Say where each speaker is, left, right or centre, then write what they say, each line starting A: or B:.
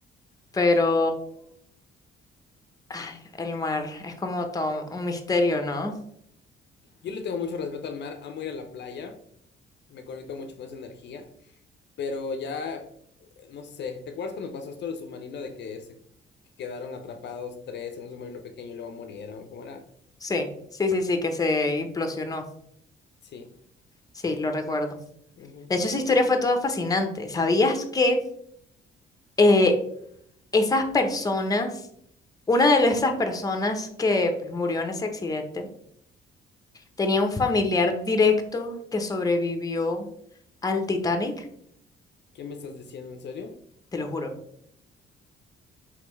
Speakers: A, on the left (about 20°); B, on the left (about 60°).
A: pero ay, el mar es como todo un misterio, ¿no?
B: Yo le tengo mucho respeto al mar, amo ir a la playa. me conecto mucho con esa energía, pero ya, no sé, ¿te acuerdas cuando pasó esto del submarino de que se quedaron atrapados tres en un submarino pequeño y luego murieron? ¿Cómo era?
A: Sí, sí, sí, sí, que se implosionó.
B: Sí.
A: Sí, lo recuerdo.
B: ujú.
A: De hecho, esa historia fue toda fascinante. ¿Sabías que eh, esas personas, una de esas personas que pues, murió en ese accidente, tenía un familiar directo que sobrevivió al Titanic?
B: ¿Qué me estás diciendo en serio?
A: Te lo juro.